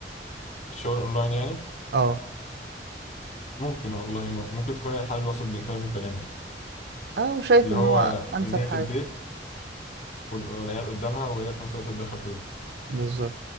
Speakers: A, on the left; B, on the right.
A: الشغل أونلاين يعني
B: اه
A: ممكن والله م- ممكن تكون هي الحل الوسط بين كلامي وكلامك
B: اه وشايف
A: اللي
B: ان
A: هو
B: هو انسب
A: إن هي
B: حاجة
A: في البيت وال- والعيال قدامها وهي في نفس الوقت بتدخل فلوس
B: بالظبط